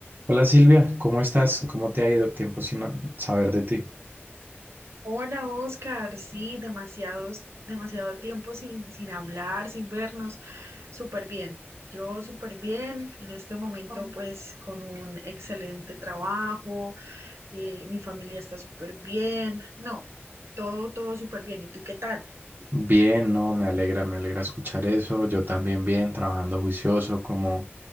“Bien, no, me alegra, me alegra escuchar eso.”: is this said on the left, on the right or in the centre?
Right